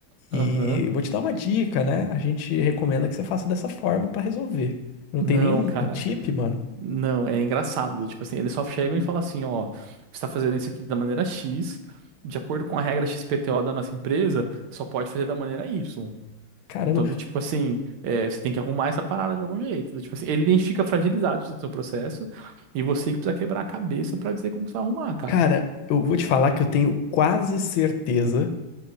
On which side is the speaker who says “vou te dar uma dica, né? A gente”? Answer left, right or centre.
Left